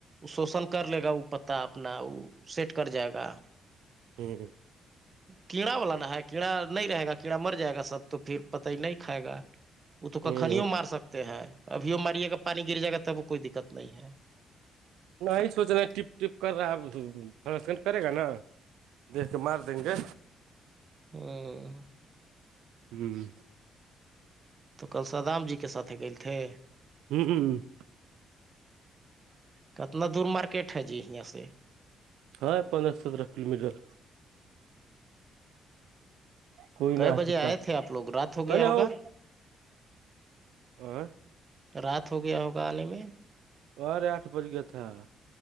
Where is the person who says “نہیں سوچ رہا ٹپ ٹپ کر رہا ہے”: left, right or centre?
Right